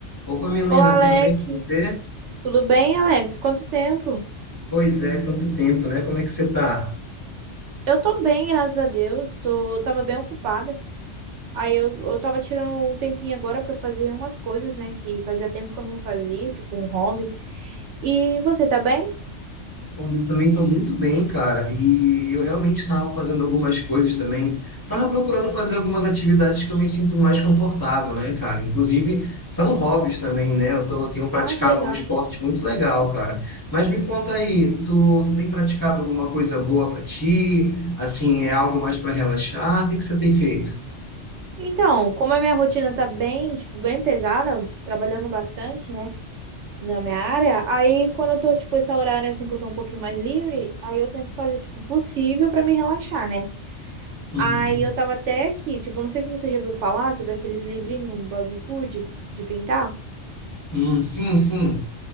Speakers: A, on the left (about 20°); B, on the right (about 75°).
A: Opa, Milena,
B: Olá,
A: tudo
B: Alex.
A: bem com você?
B: Tudo bem, Alex? Quanto tempo?
A: Pois é, quanto tempo, né? Como é que você tá?
B: Eu tô bem, graças a Deus. Tô, tava bem ocupada. Aí eu, eu tava tirando um tempinho agora pra fazer umas coisas, né, que fazia tempo que eu não fazia, tipo um hobby. E você tá bem?
A: Olha, eu também tô muito bem, cara. E eu realmente tava fazendo algumas coisas também. Tava procurando fazer algumas atividades que eu me sinto mais confortável, né, cara? Inclusive, são hobbies também, né? Eu tô, tenho praticado
B: Ai, que legal.
A: um esporte muito legal, cara. Mas me conta aí, tu, tu tem praticado alguma coisa boa pra ti? Assim, é algo mais pra relaxar? O que que você tem feito?
B: Então, como a minha rotina tá bem, tipo, bem pesada, trabalhando bastante, né, na minha área, aí quando eu tô, tipo, esse horário assim que eu tô um pouquinho mais livre, aí eu tento fazer, tipo, o possível pra me relaxar, né?
A: Uhum.
B: Aí eu tava até aqui, tipo, não sei se você já ouviu falar sobre aqueles livrinhos Bobbie Good de pintar.
A: Hum, sim, sim.